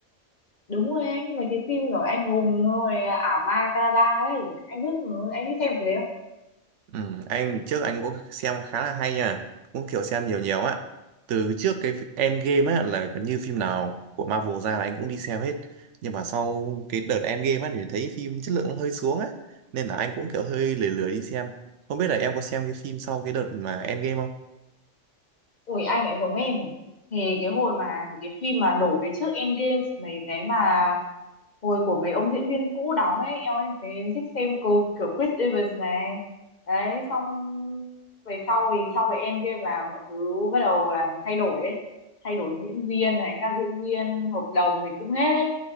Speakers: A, on the left (about 40°); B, on the right (about 75°).
A: Đúng rồi anh, mấy cái phim kiểu anh hùng rồi à, ảo ma Canada đấy Anh biết mà, anh thích xem cái đấy
B: Ừ, anh trước anh cũng xem khá là hay nha, cũng kiểu xem nhiều nhiều á. Từ trước cái Endgame á là gần như phim nào của Marvel ra là anh cũng đi xem hết. Nhưng mà sau cái đợt Endgame á thì thấy phim chất lượng nó hơi xuống á, nên là anh cũng kiểu hơi lười lười đi xem. Không biết là em có xem cái phim sau cái đợt mà Endgame không?
A: Ủi anh ấy giống em rồi. Thì cái hồi mà mấy cái phim mà đổ về trước Endgame mấy cái mà hồi của mấy ông diễn viên cũ đóng ấy em em thấy em thích xem cô kiểu Chris Evans này đấy xong về sau thì sau cái Endgame là mọi thứ bắt đầu là nó thay đổi ấy thay đổi diễn viên này các diễn viên hợp đồng thì cũng hết ấy